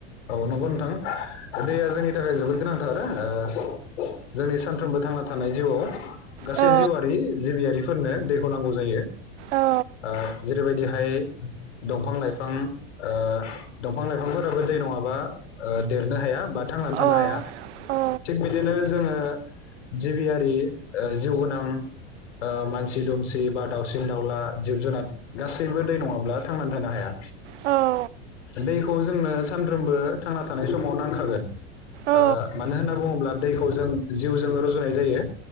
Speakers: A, on the left; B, on the right.
A: औ नंगौ नोंथां दैया जोंनि थाखाय जोबोद गोनांथार ओ जोंनि सानफ्रोमबो थांना थानाय जिउआव गासै
B: औ
A: जिउआरि जिबियारि फोरनो दैखौ नांगौ जायो।
B: औ
A: ओ जेरैबायदिहाय दंफां लाइफां ओ दंफां लाइफांफोराबो दै नङाबा ओ देरनो हाया। बा थांनानै थानो
B: औ
A: हाया
B: औ
A: थिग बिदिनो जोङो। जिबियारि ओ जिउ गोनां ओ मानसि दुमसि बा दावउसिन दाउला जिब जुनार गासैबो दै नङाब्ला थांनानै थानो हाया।
B: औ
A: दैखौ जोंनो सानफ्रोमबो थांना थानाय समाव नांखागोन ओ
B: औ
A: मानो होनना बुङोब्ला दैखौ जों जिउजों रुजुनाय जायो।